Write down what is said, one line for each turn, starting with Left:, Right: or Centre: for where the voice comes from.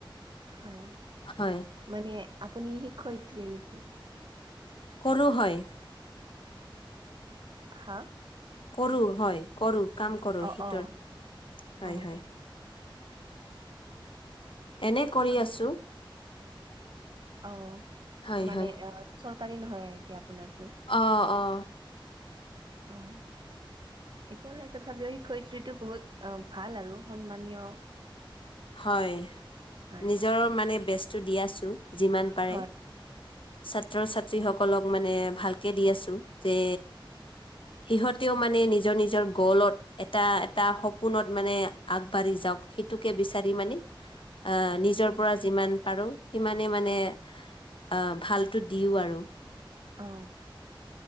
Right: হয়
Left: হয়
Right: মানে আপুনি শিক্ষয়িত্ৰি নেকি
Left: কৰো হয়
Right: হা
Left: কৰো হয় কৰো কাম কৰোটোৰ
Right: অ অ
Left: হয়
Right: অ
Left: হয় এনে কৰি
Right: অ
Left: আছো
Right: অ
Left: হয়
Right: মানে
Left: হয়
Right: অ চৰকাৰী নহয় আৰু কি আপোনাৰ
Left: অ অ
Right: অ একখনো নাই তথাপিও শিক্ষয়িত্ৰীটো বহুত অ ভাল আৰু সন্মানীয়।
Left: হয়
Right: হয়
Left: নিজৰ মানে বেসটো দিয়াছো। যিমান পাৰে।
Right: হয়
Left: ছাত্ৰ ছাত্ৰী সকলক মানে ভালকে দি আছো যে। সিহঁতেও মানে নিজৰ নিজৰ গলত এটা এটা সপোনত মানে আগবাঢ়ি যক যাক সেইটোকে বিচাৰি মানে আহ নিজৰ পৰা যিমান পাৰো সিমানে মানে। অ ভালো দিও আৰু।
Right: অ।